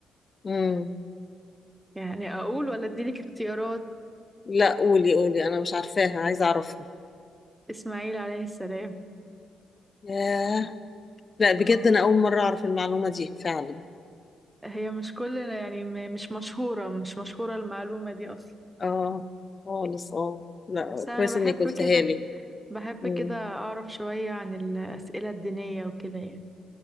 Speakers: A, on the left; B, in the centre.
A: مم.
B: يعني أقول ولا أديلك اختيارات
A: لا قولي قولي أنا مش عارفاها عايزة أعرفها
B: إسماعيل عليه السلام
A: ياه لا بجد
B: اه
A: أنا أول مرة أعرف المعلومة دي فعلا
B: هي مش كل يعني م- مش مشهورة مش مشهورة المعلومة دي أصلا
A: آه خالص آه لا
B: بس أنا
A: كويس
B: بحب
A: إنك قلتها
B: كده
A: لي
B: بحب
A: مم.
B: كده أعرف شوية عن الأسئلة الدينية وكده يعني